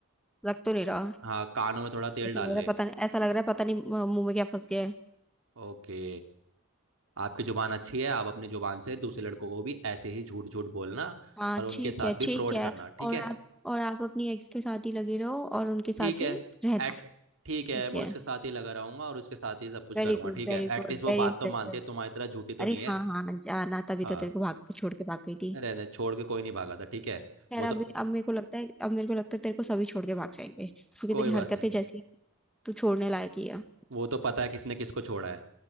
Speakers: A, in the centre; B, on the right.
A: लग तो नहीं रहा
B: हाँ कानों में थोड़ा तेल
A: ऐसा
B: डाल
A: लग रहा
B: ले
A: है पता नहीं ऐसा लग रहा है पता नहीं अ, मुंह में क्या फंस गया है
B: ओके आपकी जुबान अच्छी है आप अपनी जुबान से दूसरे लड़कों को भी ऐसे ही झूठ झूठ बोलना
A: हाँ
B: और उनके
A: ठीक
B: साथ
A: है
B: भी
A: ठीक
B: फ्रॉड
A: है
B: करना ठीक
A: और
B: है
A: आप और आप अपनी एक्स के साथ ही लगे रहो और उनके साथ
B: ठीक है
A: ही रहना
B: एट ठीक है
A: ठीक
B: मैं
A: है
B: उसके साथ ही लगा रहूंगा और उसके साथ ही सब कुछ
A: Very
B: करूंगा
A: good
B: ठीक
A: very
B: है एटलीस्ट
A: good
B: वो
A: very
B: बात
A: impressive
B: तो मानती है तुम्हारी तरह झूठी तो
A: अरे
B: नहीं है
A: हाँ हाँ जाना तभी
B: हाँ
A: तो तेरे को भाग छोड़ के भाग गई थी
B: रहने छोड़ के कोई नहीं भागा था ठीक है
A: खैर
B: वो
A: अभी
B: तो
A: अब मेरे को लगता है अब मेरे को लगता है तेरे को सभी छोड़ के भाग जाएंगे क्योंकि
B: कोई
A: तेरी
B: बात
A: हरकतें
B: नहीं
A: जैसी हैं, तू छोड़ने लायक ही है
B: वो तो पता है किसने किसको छोड़ा है